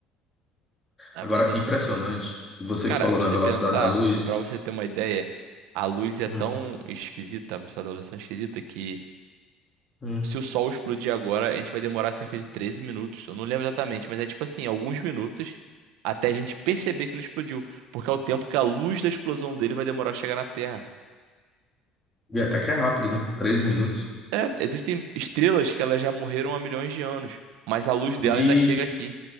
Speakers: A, on the right; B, on the left.
A: A
B: Agora,
A: velocidade...
B: impressionante. E Você
A: Cara,
B: que falou
A: pra
B: na
A: você
B: velocidade
A: pensar,
B: da luz.
A: pra você ter uma ideia, a luz é
B: Hum,
A: tão esquisita, a velocidade da luz é tão esquisita que
B: hum.
A: se o sol explodir agora, a gente vai demorar cerca de 13 minutos. Eu não lembro exatamente, mas é tipo assim, alguns minutos até a gente perceber que ele explodiu, porque é o tempo que a luz da explosão dele vai demorar a chegar na Terra.
B: E até que é rápido, né? 13 minutos.
A: É, existem estrelas que elas já morreram há milhões de anos, mas a luz
B: E
A: dela ainda chega aqui.